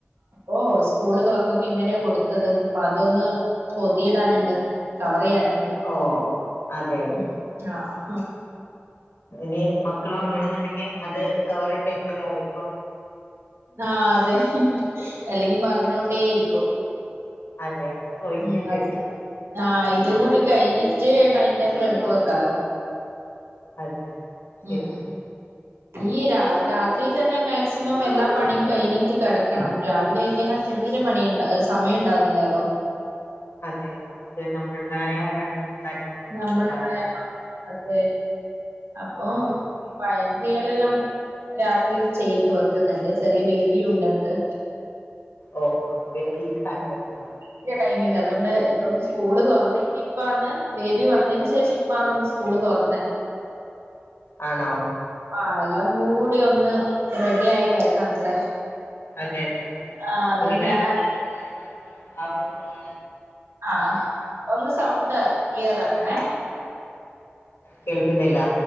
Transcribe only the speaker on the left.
ഓ അതെ അതെ
ഇനി മക്കള് ഒറങ്ങണംന്ന്ണ്ടെങ്കി അത് കവറ് ഇട്ടെങ്കിലെ അവര്
അതെ സ്വൈര്യം
തരില്ല
അതെ അതെ ശരിയാണ്
അതെ നമുക്ക് നമ്മുടേതായ പണികളും കാര്യങ്ങളും
അതുണ്ടാവും
അതെ
ഓ അപ്പൊ പിന്നെ തീരെ ടൈം കിട്ടൂല
ആണോ
അതെ അതെ അതെ
അപ്പൊ
ഇങ്ങനെ
വെക്കേഷന് കാര്യങ്ങളാകുമ്പോ ആ അവർ പോയ
കേൾക്കുന്നില്ല